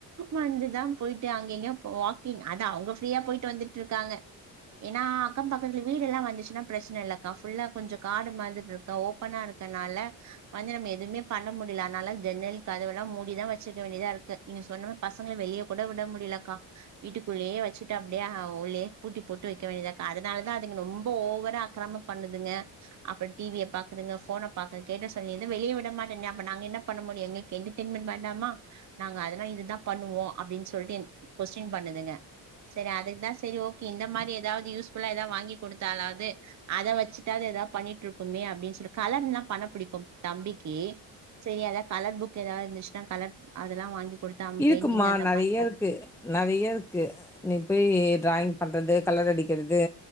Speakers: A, on the right; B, in the centre.
A: வந்துதா போயிட்டு அங்கிங்க வாக்கிங் அது அவங்க ப்ரியா போயிட்டு வந்துட்டு இருக்காங்க ஏன்னா அக்கம் பக்கத்துல வீடு எல்லா வந்துச்சுன்னாச்சினா பிராச் ன்ல்ல கா ஃபுல்லா கொஞ்சோ காடு மாதிரி இருக்க ஓப்பனா இருக்கனால வந்து நம்ம எதுவுமே பண்ண முடியல அதனால ஜன்னல் கதவு எல்லா மூடிதா வச்சிருக்க வேண்டியதா இருக்கு நீங்க சொன்ன பசங்கள வெளிய கூட வுட முடியலக்கா வீட்டுக்குள்ளேயே வெச்சுட்டு அப்டியே உள்ளேயே பூட்டி போட்டு வெக்க வேண்டியதாக்கா அதனாலதா அதுங்க ரொம்ப ஓவரா அக்கிரம பண்ணுதுங்க அப்புற டி வி ய பாக்குதுங்க ஃபோன பாக்குது கேட்ட சொல்லங்க வெளிய விட மாட்டேனே அப்ப நாங்க என்ன பண்ண முடியோ எங்களுக்கு என்டர்டெயின்மெண்ட் வேண்டாமா நாங்க அதனால இதுதா பண்ணுவோ அப்டின்னு சொல்லிட்டு எ கொஸ்டின் பண்ணுதுங்க செரி அதுக்குதா செரி ஓகே இந்த மாரி ஏதாவது யூஸ்ஃபுல்லா ஏதாவது வாங்கி குடுத்தாலாவது அத வச்சுட்டாது எதாது பண்ணிட்டு இருக்குமே அப்டின்னு சொல்லி கலரிங்லாம் பண்ண புடிக்கும் தம்பிக்கு செரி அதா கலர் புக் ஏதாது இருந்துச்சுன்னா கலர் அதெல்லாம் வாங்கி குடுத்து அவன்
B: இருக்கும்மா
A: பெயிண்டிங் அந்த
B: நறைய
A: மாரி பண்
B: இருக்கு நறைய இருக்கு நீ போய் டிராயிங் பண்றது கலர் அடிக்கிறது